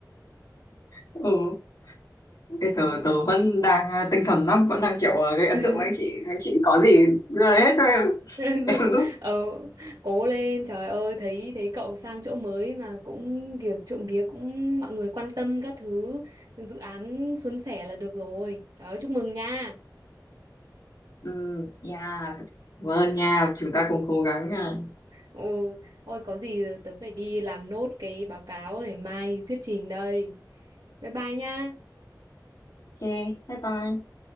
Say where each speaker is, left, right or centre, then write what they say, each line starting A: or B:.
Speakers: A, on the left; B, on the right.
A: ừ, bây giờ
B: ừ.
A: tớ vẫn đang à, tinh thần lắm vẫn đang kiểu à, gây ấn
B: <laughs>
A: tượng với anh chị anh chị có
B: Dạ.
A: gì đưa lấy hết cho em
B: <laughs>
A: <laughs> em
B: đúng
A: giúp
B: ờ, cố lên trời ơi thấy thấy cậu sang chỗ mới mà cũng kiểu trộm vía cũng mọi người quan tâm các thứ dự án suôn sẻ là được rồi trời ơi, chúc mừng nha
A: ừ, yeah vâng nha chúng ta cùng cố gắng nha
B: ừ, thôi có gì tớ phải đi làm nốt cái báo cáo để mai thuyết trình đây bye bye nha
A: ok bye bye